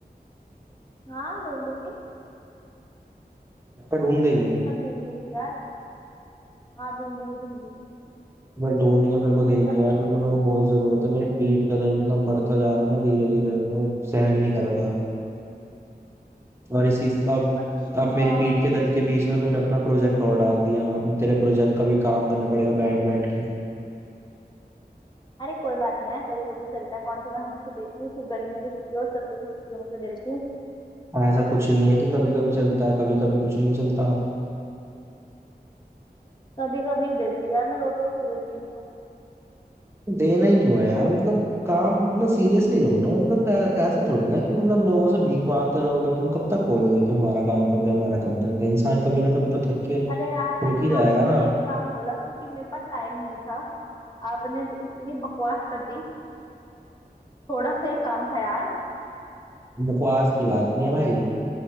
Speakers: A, on the left; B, on the right.
A: हाँ ढूंढूंगी
B: क्या ढूंढ देगी
A: सब ढूंढ लूंगी यार हाँ ढूंढ लूंगी ढूंढ लूंगी
B: भाई ढूंढ के मेरे को दे दियो
A: सब
B: यार
A: ढूंढ
B: क्योंकि
A: लूंगी
B: मेरे को बहुत जरूरत है मेरे पीठ का दर्द इतना बढ़ता जा रहा है ना धीरे धीरे वो सहन नहीं करा जा रहा और इसी अब
A: अच्छा
B: अब मेरी पीठ के दर्द के बीच में तूने अपना प्रोजेक्ट और डाल दिया अब तेरे प्रोजेक्ट का भी काम करना पड़ेगा बैठ बैठ के
A: अरे कोई बात नहीं यार कभी कभी चलता है कौन सा मैं हमेशा देती हूँ सिर्फ गर्मियों की छुट्टियों और सर्दियों की छुट्टियों में तो देती हूँ
B: ऐसा कुछ नहीं है कि कभी कभी चलता है कभी कभी कुछ नहीं चलता
A: कभी कभी देती हूँ यार मैं रोज रोज तो देती नहीं हूँ
B: देना ही क्यों है यार मतलब काम अपना सीरियसली लो ना मतलब ऐ- ऐसे थोड़ी ना कि मतलब लोगों से भीख मांगते रहोगे तुम कब तक बोलोगे कि हमारा काम कर दे हमारा काम कर दे इंसान कभी ना कभी तो थक के
A: अरे यार मैंने
B: रुक ही जाएगा
A: आपको
B: ना
A: एक काम बोला क्योंकि मेरे पास टाइम नहीं था आपने जो इतनी बकवास कर दी थोड़ा सा ही काम था यार
B: बकवास की बात नहीं है भाई